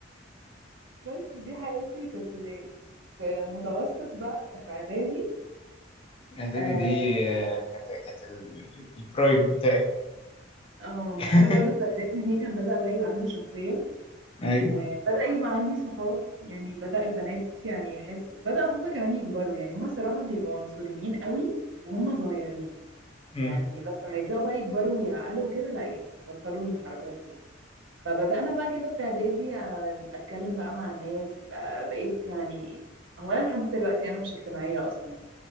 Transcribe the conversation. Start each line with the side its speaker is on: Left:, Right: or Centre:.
Right: بس دي حياتي في ابتدائي في متوسط بقى في اعدادي
Left: اعدادي
Right: اه
Left: دي آه، كانت كانت ال- البرايم بتاعي
Right: آه، ما
Left: <laughs>
Right: انا برضو في اعدادي دي كان بدأ بقى يبقى عندي شخصية
Left: ايوه
Right: وبدأ يبقى عندي صحاب يعني بدأ البنات يعني يحس بدأ هما كمان يكبروا يعني هما صراحة بيبقوا عنصريين قوي وهما صغيرين
Left: أمم.
Right: يعني بس لما يبدأوا بقى يكبروا ويعقلوا كده لا يعني بيبطلوا الحركات دي فبدأنا بقى كده في اعدادي آه، اتكلم بقى مع الناس آه، بقيت يعني هو انا لحد دلوقتي انا مش اجتماعية اصلا